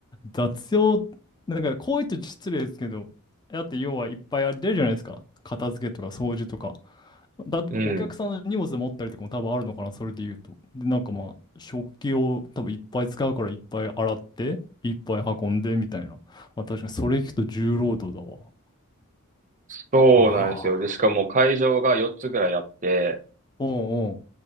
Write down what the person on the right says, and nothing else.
うん。
そうなんですよ。
で、しかも会場が4つぐらいあって、